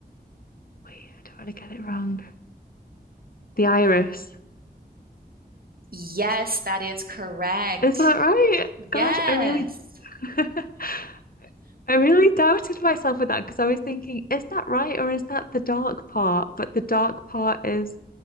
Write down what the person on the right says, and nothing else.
Yes, that is correct.
Yes.